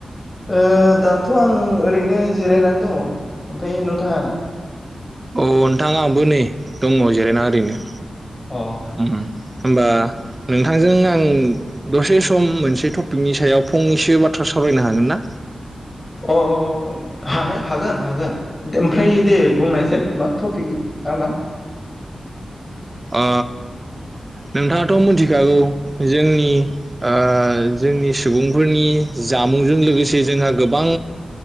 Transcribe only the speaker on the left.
ओ दा थ' आं ओरैनो जिरायनानै दङ ओमफ्राय नोंथाङा लाय?
अ।
अ अ हानो हागोन हागोन। ओमफ्राय दे बुंनायसै मा? टपिकआ मा?